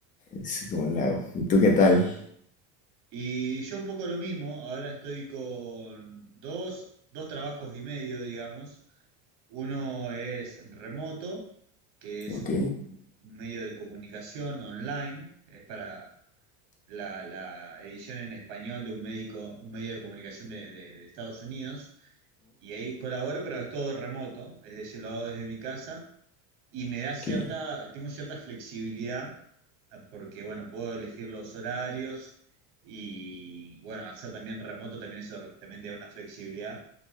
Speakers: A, on the left (about 20°); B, on the right (about 55°).
A: Es como lo hago. ¿Y tú qué tal?
B: Y yo un poco lo mismo, ahora estoy con dos, dos trabajos y medio, digamos. Uno es remoto, que es
A: Ok.
B: un medio de comunicación online, es para la, la edición en español de un médico, un medio de comunicación de, de- de Estados Unidos. Y ahí colaboro, pero es todo remoto, es decir, lo hago desde mi casa y me da cierta,
A: Que,
B: tengo cierta flexibilidad ah, porque, bueno, puedo elegir los horarios y, bueno, al ser también remoto también eso también te da una flexibilidad,